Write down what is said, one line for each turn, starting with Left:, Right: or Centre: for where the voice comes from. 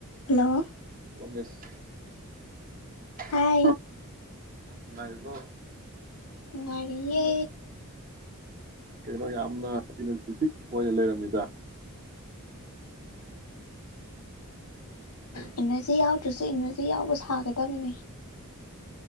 Left: hello
Right: ꯂꯣꯒꯁ ꯂ
Left: ꯍꯥꯏ
Right: ꯅꯨꯡꯉꯥꯏꯔꯤꯕꯣ
Left: ꯅꯨꯡꯉꯥꯏꯔꯤꯌꯦ
Right: ꯀꯩꯅꯣ ꯌꯥꯝꯅ ꯏꯅ꯭ꯔꯖꯦꯇꯤꯛ ꯑꯣꯏꯅ ꯂꯩꯔꯝꯃꯤꯗ
Left: ꯏꯅꯔꯖꯤ ꯌꯥꯎꯗ꯭ꯔꯁꯨ ꯏꯅꯔꯖꯤ ꯌꯥꯎꯕ ꯁꯥ ꯁꯥꯒꯗꯝꯅꯦ